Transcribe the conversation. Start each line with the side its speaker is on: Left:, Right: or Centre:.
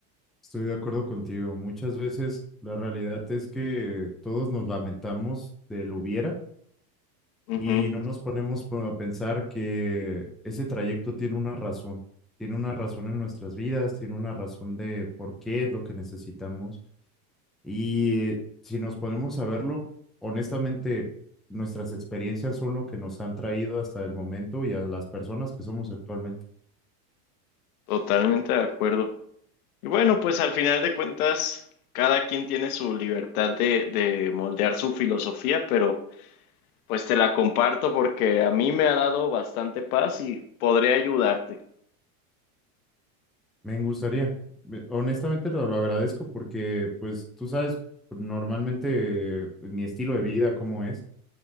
Centre: Estoy de acuerdo contigo. Muchas veces la realidad es que todos nos lamentamos del hubiera
Left: Ujú,
Centre: y no nos ponemos po- a pensar que ese trayecto tiene una razón. Tiene una razón en nuestras vidas, tiene una razón de por qué es lo que necesitamos. Y eh, si nos ponemos a verlo, honestamente, nuestras experiencias son lo que nos han traído hasta el momento y a las personas que somos actualmente.
Left: totalmente de acuerdo. Y bueno, pues al final de cuentas, cada quien tiene su libertad de, de moldear su filosofía, pero... Pues te la comparto porque a mí me ha dado bastante paz y podré ayudarte.
Centre: Me gustaría. Me- Honestamente lo, lo agradezco porque, pues, tú sabes pues, normalmente eh, mi estilo de vida cómo es